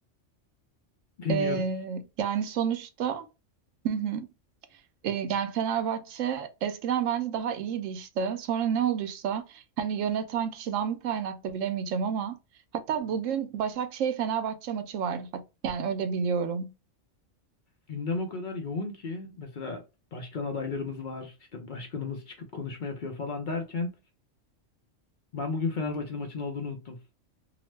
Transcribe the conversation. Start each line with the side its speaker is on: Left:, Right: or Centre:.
Left: Bilmiyorum.
Right: Ee, yani sonuçta hı hı. Ee, yani Fenerbahçe eskiden bence daha iyiydi işte. Sonra ne olduysa hani yöneten kişiden mi kaynaklı bilemeyeceğim ama hatta bugün Başakşehir Fenerbahçe maçı var. Hat- Yani öyle biliyorum.
Left: Gündem o kadar yoğun ki mesela başkan adaylarımız var. İşte başkanımız çıkıp konuşma yapıyor falan derken ben bugün Fenerbahçe'nin maçın olduğunu unuttum.